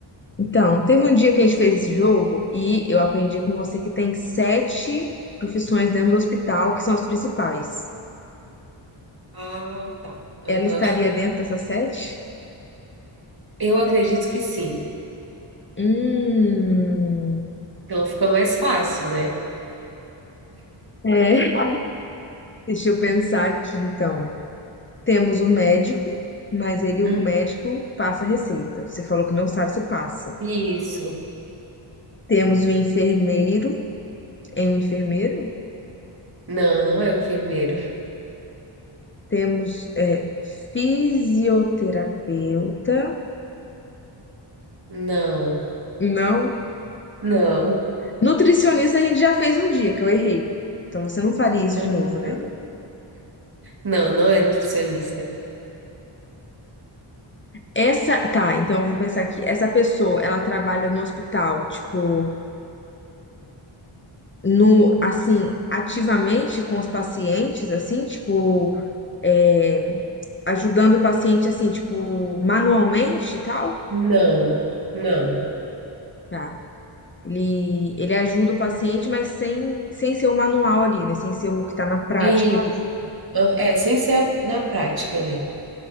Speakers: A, on the left (about 25°); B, on the right (about 45°).
A: Então, teve um dia que a gente fez esse jogo e eu aprendi com você que tem sete profissões dentro do hospital, que são as principais.
B: Ah, tá. Aham.
A: Ela estaria dentro dessas sete?
B: Eu acredito que sim.
A: Hum,
B: Então fica mais fácil, né?
A: é. <laughs> Deixa eu pensar aqui, então. Temos o médico, mas ele, o
B: Hum,
A: médico, passa receita. Você falou que não sabe se passa.
B: isso.
A: Temos o enfermeiro, é um enfermeiro?
B: Não, não é um enfermeiro.
A: Temos é, fisioterapeuta.
B: Não,
A: Não.
B: não.
A: Nutricionista a gente já fez um dia, que eu errei. Então você não faria isso
B: Aham.
A: de novo, né?
B: Não, não é nutricionista.
A: Essa, tá, então eu vou pensar aqui. Essa pessoa, ela trabalha no hospital, tipo, no, assim, ativamente com os pacientes, assim, tipo, é, ajudando o paciente, assim, tipo, manualmente e tal?
B: Não, não.
A: Tá. Ele, ele ajuda o paciente, mas sem, sem ser o manual ali, né? Sem ser o que tá na prática
B: Isso. Ah, É, sem ser a- na prática ali.